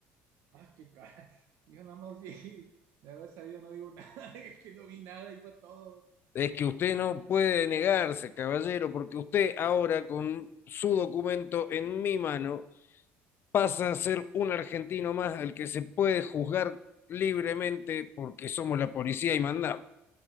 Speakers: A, on the right (about 75°); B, on the left (about 50°).
A: Ah, qué cara. <laughs> Yo nada más vi, de haber sabido no digo nada, <laughs> es que no vi nada y fue todo.
B: Es que usted no puede negarse, caballero, porque usted ahora con su documento en mi mano pasa a ser un argentino más al que se puede juzgar libremente porque somos la policía y mandamos.